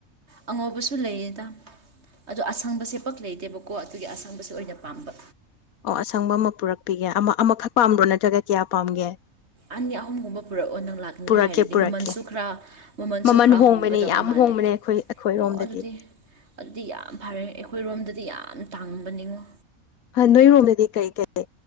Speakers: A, on the right (about 50°); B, on the left (about 80°).
A: ꯑꯉꯧꯕꯁꯨ ꯂꯩꯌꯦꯗ ꯑꯗꯣ ꯑꯁꯪꯕꯁꯦ ꯄꯛ ꯂꯩꯇꯦꯕꯀꯣ ꯑꯗꯨꯒꯤ ꯑꯁꯪꯕꯁꯦ ꯑꯣꯏꯅ ꯄꯥꯝꯕ
B: ꯑꯣ ꯑꯁꯪꯕ ꯑꯃ ꯄꯨꯔꯛꯄꯤꯒꯦ ꯑꯃ ꯑꯃꯈꯛ ꯄꯥꯝꯕ꯭ꯔꯣ ꯅꯠꯇ꯭ꯔꯒ ꯀꯌꯥ ꯄꯥꯝꯒꯦ
A: ꯑꯅꯤ ꯑꯍꯨꯝꯒꯨꯝꯕ ꯄꯨꯔꯛꯑꯣ ꯅꯪ ꯂꯥꯛꯅꯤ
B: ꯄꯨꯔꯛꯀꯦ
A: ꯍꯥꯏꯔꯗꯤ
B: ꯄꯨꯔꯛꯀꯦ
A: ꯃꯃꯜꯁꯨ ꯈꯔ ꯃꯃꯜꯁꯨ
B: ꯃꯃꯜ
A: ꯈꯔ
B: ꯍꯣꯡꯕꯅꯦ
A: ꯍꯣꯡꯒꯗꯕ
B: ꯌꯥꯝ
A: ꯃꯥꯜꯂꯦ
B: ꯍꯣꯡꯕꯅꯦ ꯑꯩꯈꯣꯏ ꯑꯩꯈꯣꯏꯔꯣꯝꯗꯗꯤ
A: ꯑꯣ ꯑꯗꯨꯗꯤ ꯑꯗꯨꯗꯤ ꯌꯥꯝ ꯐꯔꯦ ꯑꯩꯈꯣꯏꯔꯣꯝꯗꯗꯤ ꯌꯥꯝ ꯇꯥꯡꯕ ꯅꯤꯡꯉꯣ
B: ꯅꯣꯏꯔꯣꯝꯗꯗꯤ ꯀꯩ ꯀꯩ